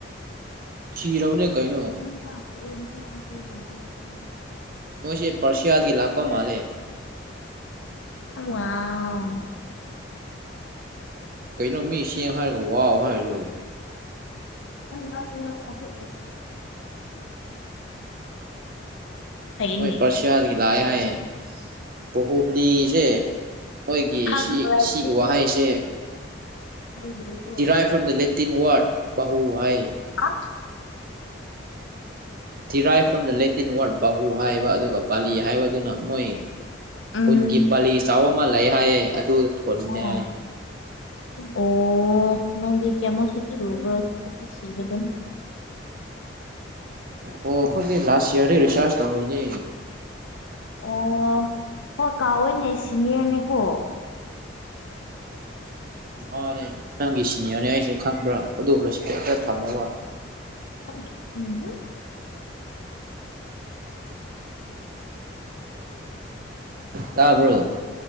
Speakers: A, on the right; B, on the left.
A: ꯈꯤꯔꯅꯦ ꯀꯩꯅꯣ
B: ꯅ
A: ꯅꯣꯏꯁꯦ ꯄꯔꯁꯤꯌꯥꯗꯒꯤ ꯂꯥꯛꯄ ꯃꯥꯜꯂꯦ
B: ꯊꯃ ꯑ
A: ꯀꯩꯅꯣ ꯃꯤ ꯁꯦꯡ ꯍꯥꯏꯔꯒ ꯋꯥꯎ ꯍꯥꯏꯔꯗꯨ
B: ꯅꯪ ꯀ ꯌꯥ ꯄꯊ ꯐꯩꯅꯦ
A: ꯃꯣꯏ ꯄꯔꯁꯤꯌꯥꯗꯒꯤ ꯂꯥꯛꯑꯦ ꯍꯥꯏꯌꯦ ꯄꯣꯍꯨ ꯄꯨꯂꯤꯁꯦ ꯃꯣꯏꯒꯤ
B: ꯈꯪꯕ꯭ꯔꯗꯤ
A: ꯁꯤꯒꯤ ꯋꯥꯍꯩꯁꯦ
B: ꯎ
A: derive from the Latin word ꯕꯥꯍꯨ ꯍꯥꯏ
B: ꯑ
A: ꯗꯤꯔꯥꯏꯞ ꯐ꯭ꯔꯣꯝ ꯗ ꯂꯦꯇꯤꯟ ꯋꯥꯔꯗ ꯕꯥꯍꯨ ꯍꯥꯏꯕ ꯑꯗꯨꯒ ꯕꯥꯂꯤ ꯍꯥꯏꯕꯗꯨꯅ ꯃꯣꯏ
B: ꯎꯝ
A: ꯈꯨꯟꯒꯤ ꯕꯥꯂꯤ ꯆꯥꯎꯕ ꯑꯃ ꯂꯩ ꯍꯥꯏꯌꯦ ꯑꯗꯨ ꯊꯣꯟꯕꯅꯤ
B: ꯑꯣ
A: ꯍꯥꯏ
B: ꯑꯣ ꯅꯪꯗꯤ ꯀꯃꯁꯨ ꯊ ꯭ꯔ ꯊ ꯐ
A: ꯑꯣ ꯑꯩꯈꯣꯏꯗꯤ ꯂꯥꯁ ꯌꯔꯗ ꯔꯤꯆꯥꯔꯖ ꯇꯧꯔꯤꯅꯦ
B: ꯑꯣ ꯍꯣꯏ ꯀꯥꯎꯏꯅꯦ ꯁꯤꯅꯤꯌꯔꯅꯦꯀꯣ
A: ꯃꯥꯅꯦ ꯅꯪꯒꯤ ꯁꯤꯅꯤꯌꯔꯅꯦ ꯑꯩꯁꯦ ꯈꯪꯕ꯭ꯔꯥ ꯑꯗꯨ ꯔꯦꯁꯄꯦꯛ ꯈ ꯊꯝꯃꯣꯕ
B: ꯈꯪꯗꯦ ꯎꯝ ꯍꯨꯝ
A: ꯇꯥꯔꯕ꯭ꯔꯣ